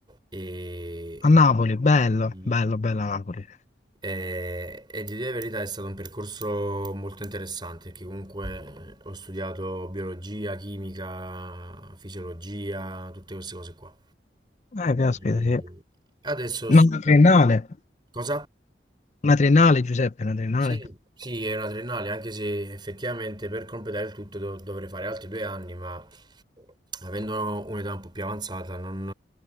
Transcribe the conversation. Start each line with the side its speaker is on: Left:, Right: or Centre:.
Right: e
Left: a Napoli, bello,
Right: sì,
Left: bello, bella Napoli.
Right: E, e di dire la verità è stato un percorso molto interessante perché comunque eh, ho studiato biologia, chimica, fisiologia, tutte queste cose qua.
Left: Eh, caspita,
Right: E
Left: sì.
Right: adesso
Left: Ma
Right: sto...
Left: una triennale?
Right: Cosa?
Left: Una triennale, Giuseppe, una triennale?
Right: Sì, sì, è una triennale, anche se effettivamente per completare il tutto dov- dovrei fare altri due anni, ma avendo un'età un po' più avanzata, non,